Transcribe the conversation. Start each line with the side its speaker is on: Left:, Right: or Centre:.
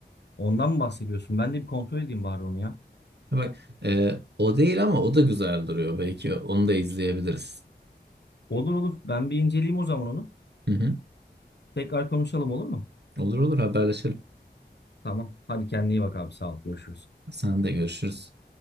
Left: Ondan mı bahsediyorsun? Ben de bir kontrol edeyim bari onu ya.
Right: Ha Bak e, o değil ama o da güzel duruyor. Belki onu da izleyebiliriz.
Left: Olur olur. Ben bir inceleyeyim o zaman onu.
Right: Hı hı.
Left: Tekrar konuşalım olur mu?
Right: Olur olur haberleşelim.
Left: Tamam. Hadi kendine iyi bak abi. Sağ ol. Görüşürüz.
Right: Sen de görüşürüz.